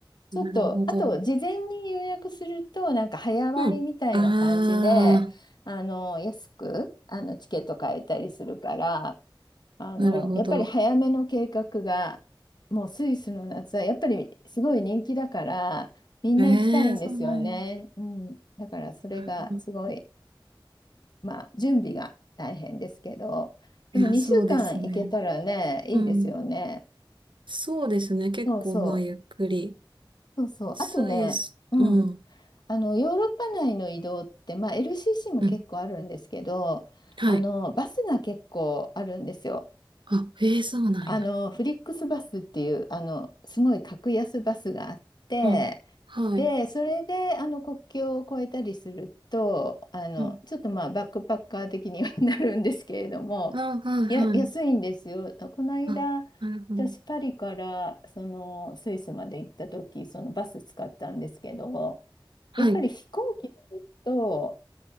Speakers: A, on the left; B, on the right.
A: ちょっと、
B: なるほど。
A: あと、事前に予約すると、なんか早割りみたいな感じで、
B: うん。ああ、
A: あの、安く、あの、チケット買えたりするから、あの、
B: なるほど。
A: やっぱり早めの計画が、もうスイスの夏は、やっぱりすごい人気だから、みんな行きたいんですよね。
B: ええそうなん
A: うん。だから、それがすごい、
B: や。なるほど
A: まあ、準備が大変ですけど、でも2週間行けたらね、
B: いや、そうですね。
A: いいですよね。
B: うん。そうですね。結構、
A: そうそう。
B: まあ、ゆっくり。
A: そうそう。
B: スイス、
A: あとね、うん。
B: うん。
A: あのヨーロッパ内の移動って、まあ、LCC も結構あるんですけどあのバスが結構あるんですよ。
B: うん。はい。あ、ええそうなんや。
A: あの、フリックスバスっていう、あの、すごい格安バスがあって、
B: うん。はい。
A: で、それで、あの、国境を越えたりすると、あの、
B: うん。
A: ちょっとまあ、バックパッカー的には <laughs> なるんですけれども、
B: あ、はい、
A: や、
B: はい。
A: 安いんですよ。この間、
B: あ、なるほど。
A: 私、パリから、その、スイスまで行った時、そのバス使ったんですけど、
B: はい。
A: やっぱり飛行機乗ると、